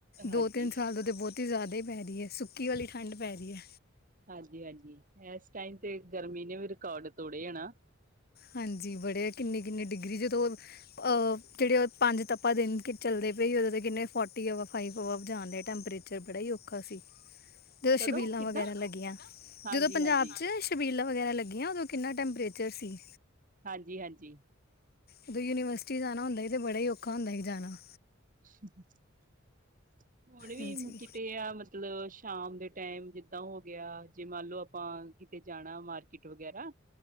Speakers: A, on the right (about 45°); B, on the left (about 50°).
A: ਹਾਂਜੀ
B: ਦੋ ਤਿੰਨ ਸਾਲ ਦਾ ਤੇ ਬਹੁਤ ਅਤੇ ਜ਼ਿਆਦਾ ਹੀ ਪੈ ਰਹੀ ਐ, ਸੁੱਕੀ ਵਾਲੀ ਠੰਡ ਪੈ ਰਹੀ ਐ।
A: ਹਾਂਜੀ-ਹਾਂਜੀ ਇਸ ਟਾਈਮ ਤੇ ਗਰਮੀ ਨੇ ਵੀ ਰਿਕਾਰਡ ਤੋੜੇ ਆ ਨਾ।
B: ਹਾਂਜੀ ਬੜੇ ਆ ਕਿੰਨੇ-ਕਿੰਨੇ ਡਿਗਰੀ ਜਦੋਂ ਅ ਜਿਹੜੇ ਓ ਪੰਜ ਤਪਾ ਦਿਨ ਕਿ ਚੱਲਦੇ ਪਏ ਉਦੋਤਾਂ ਕਿੰਨੇ ਫੋਰਟੀ ਅਵਾਰ ਫਾਈਵ ਹਵਾਰ ਜਾਂਣਦੇ ਆ ਟੈਂਪਰੇਚਰ ਬੜਾ ਈ ਔਖਾ ਸੀ। ਜਦੋਂ
A: ਕਦੋਂ
B: ਛਬੀਲਾਂ
A: ਕਿੱਦਾਂ
B: ਵਗੈਰਾ ਲੱਗੀਆਂ
A: ਹਾਂਜੀ-ਹਾਂਜੀ,
B: ਜਦੋਂ ਪੰਜਾਬ ਚ ਛਬੀਲਾਂ ਵਗੈਰਾ ਲੱਗੀਆਂ ਉਦੋਂ ਕਿੰਨਾ ਟੈਂਪਰੇਚਰ ਸੀ।
A: ਹਾਂਜੀ-ਹਾਂਜੀ
B: ਜਦੋਂ ਯੂਨੀਵਰਸਿਟੀ ਜਾਣਾ ਹੁੰਦਾ ਸੀ ਤੇ ਬੜਾ ਈ ਔਖਾ ਹੁੰਦਾ ਸੀ ਜਾਣਾ।
A: <unintelligible> ਹੁਣ ਵੀ
B: ਹਾਂਜੀ।
A: ਕਿਤੇ ਆ ਮਤਲਬ ਸ਼ਾਮ ਦੇ ਟਾਈਮ ਜਿੱਦਾਂ ਓ ਗਿਆ ਜੇ ਮੰਨ ਲਓ ਆਪਾਂ ਕਿਤੇ ਜਾਣਾ ਮਾਰਕੀਟ ਵਗੈਰਾ